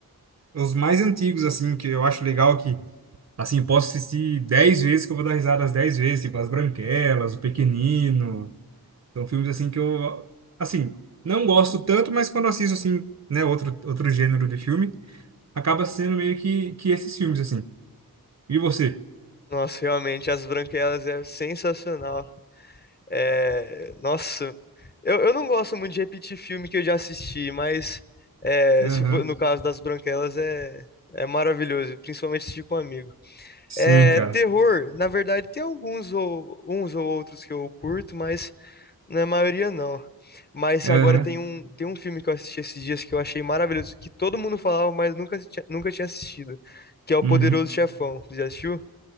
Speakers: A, on the right; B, on the left.
A: Os mais antigos, assim, que eu acho legal que, assim, posso assistir 10 vezes que eu vou dar risada as 10 vezes, tipo As Branquelas, O Pequenino. São filmes, assim, que eu, assim, não gosto tanto, mas quando assisto, assim, né, outro, outro gênero de filme acaba sendo meio que, que esses filmes, assim. E você?
B: Nossa, realmente, As Branquelas é sensacional. É, nossa, eu, eu não gosto muito de repetir filme que eu já assisti, mas é,
A: Aham.
B: se for- no caso das Branquelas é, é maravilhoso, principalmente assistir com um amigo.
A: Sim,
B: É,
A: cara.
B: terror, na verdade, tem alguns ou uns ou outros que eu curto, mas na maioria não. Mas
A: Aham.
B: agora tem um, tem um filme que eu assisti esses dias que eu achei maravilhoso, que todo mundo falava, mas nunca, tinha- nunca tinha assistido, que é O Poderoso
A: Uhum.
B: Chefão. Você já assistiu?